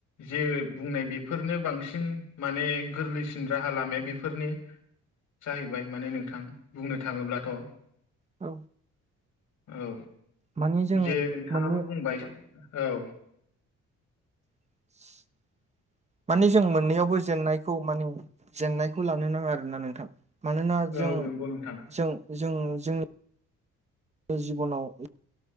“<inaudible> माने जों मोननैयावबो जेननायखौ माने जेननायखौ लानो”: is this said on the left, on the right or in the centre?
Right